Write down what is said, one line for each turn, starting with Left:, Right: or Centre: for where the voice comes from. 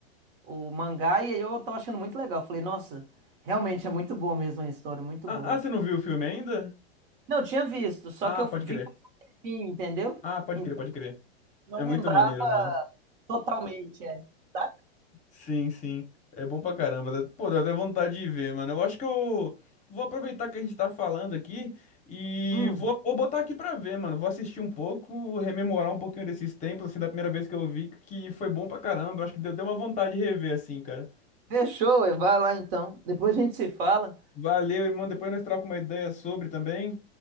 Right: o mangá e aí eu tava achando muito legal. Falei, nossa, realmente é muito boa mesmo a história, muito
Left: Ah,
Right: boa.
Left: ah, você não viu o filme ainda?
Right: Não, eu tinha visto, só
Left: Ah,
Right: que eu vi
Left: pode crer.
Right: com um tempinho, entendeu?
Left: Ah, pode
Right: Então
Left: crer, pode crer.
Right: não
Left: É muito
Right: lembrava
Left: maneiro, mano.
Right: totalmente, é. Tá?
Left: Sim, sim. É bom pra caramba. Dá- Pô, deu até vontade de ver, mano. Eu acho que eu vou aproveitar que a gente tá falando aqui e
Right: Hum,
Left: vou, vou botar aqui pra ver, mano. Vou assistir um pouco, rememorar um pouquinho desses tempos, assim, da primeira vez que eu vi, que foi bom pra caramba. Eu acho que deu, deu uma vontade de rever, assim, cara.
Right: fechou, ué, vai lá então. Depois a gente se fala.
Left: Valeu, irmão. Depois nós trocamos uma ideia sobre também,